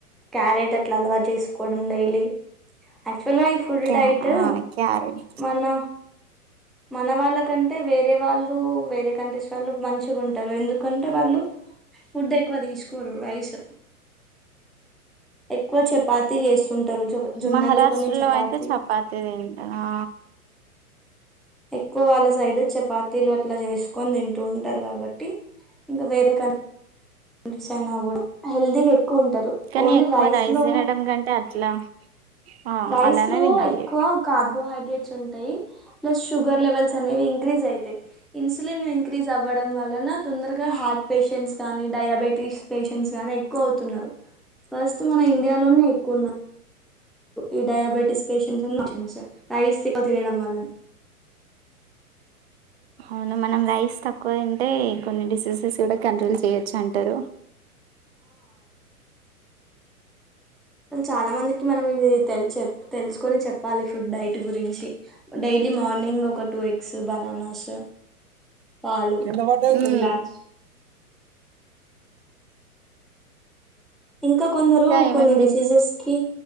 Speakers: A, in the centre; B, on the right (about 45°).
A: క్యారెట్ అట్లా అలవా చేసుకోవడం డైలీ యాక్చువల్ గా ఈ ఫుడ్
B: క్యా
A: డైట్
B: ఆ క్యారెట్
A: మన మన వాళ్ళకంటే వేరే వాళ్ళు వేరే కంట్రీస్ వాళ్ళు మంచిగా ఉంటారు ఎందుకంటే వాళ్ళు ఫుడ్ ఎక్కువ తీసుకోరు రైస్ ఎక్కువ చపాతి చేసు టారు జొ జొన్నెలతోని
B: మహారాష్ట్రలో
A: చపాతి
B: అయితే తింటా ఆ
A: ఎక్కువ వాళ్ళ సైడ్ చపాతీలు అట్లా చేసుకొని తింట ఉంటారు కాబట్టి ఇంకా వేరే కనీ స్ అయినా కూడా హెల్దీగా ఎక్కువ ఉంటారు
B: కానీ
A: ఓన్లీ
B: ఎక్కువ
A: రైస్ ను
B: తినడం కంటే అట్లా ఆ
A: రైస్
B: అలానే
A: లో
B: తినాలి
A: ఎక్కువ కార్బోహైడ ట్స్ ఉంటాయి ప్స్ షుగర్ లెవెల్స్ అనేవి ఇంక్రీ అవుతాయి ఇన్సులిన్ ఇంక్రీస్ అవ ఆవ్వడం వలన తొందరగా హార్ట్ పేషెంట్స్ గానీ డయాబెటీస్ పేషెంట్స్ కానే ఎక్కువ అవుతున్నారు ఫస్ట్ మన ఇండియాలోనే ఎక్కువ ఉన్నారు ఈ డయాబెటిస్ పేషన్స్ మోషన్స్ రైస్ ఎక్కువ తినడంవల్లనా
B: అవును మనం రైస్ తక్కువ తింటే కొన్ని డిసీజెస్ కూడా కంట్రోల్ చేయొచ్చు అంటారు
A: కానీ చాలా మందికి మనం ఇవి తెల్ చె తెలుసుకొని చెప్పాలి ఫుడ్ డైట్ గురించి డైలీ మార్నింగ్ ఒక టూ ఎగ్స్ బనానాస్ పాలు
B: ఉమ్
A: ఒక గ్లాస్ ఇంకా కొందరు
B: ఏమేం
A: కొన్ని
B: తింటు
A: డిసీజెస్కి